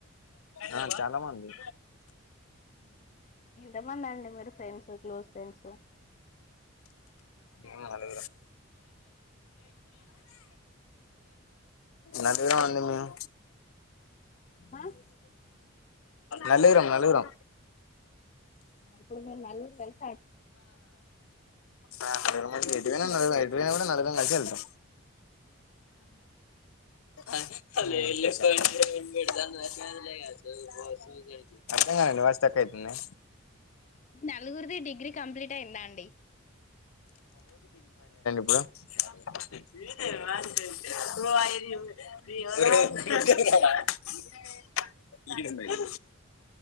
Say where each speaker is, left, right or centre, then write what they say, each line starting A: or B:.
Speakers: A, on the left (about 80°); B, on the left (about 35°).
A: ఆ చాలా మంది
B: ఉహ్ ఉమ్ ఎంతమంది అండి మీరు ఫ్రెండ్స్ క్లోజ్ ఫ్రెండ్స్?
A: నలుగురం నలుగురం అండి మేం
B: ఆ
A: నలుగురం నలుగురం
B: ఇప్పుడు మీరు నలుగుర్ కాల్
A: ఆ నలుగురం అయితే ఇంటికి పోయినక చదువుడే ఎటు పోయినా కూడా నలుగురం కలిసే వెళ్తాం.
B: హమ్
A: అ అర్థం కాలేదు <unintelligible> సెట్ అయిపోయిందా
B: మీ నలుగురిది డిగ్రీ కంప్లీట్ అయిందా అండి?
A: <unintelligible> ఏ